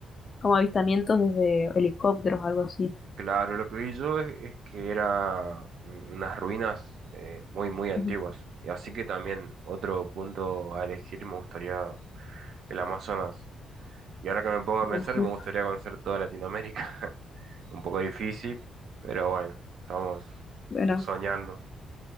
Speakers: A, on the left; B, on the right.
A: como avistamientos desde helicópteros o algo así.
B: claro. Lo que vi yo es, es que era un- unas ruinas eh, muy, muy antiguas.
A: Ujú.
B: Y así que también otro punto a elegir me gustaría el Amazonas. Y ahora que me pongo a
A: Oh,
B: pensar,
A: sí.
B: me gustaría conocer toda Latinoamérica. <laughs> Un poco difícil, pero bueno, estamos
A: Bueno,
B: soñando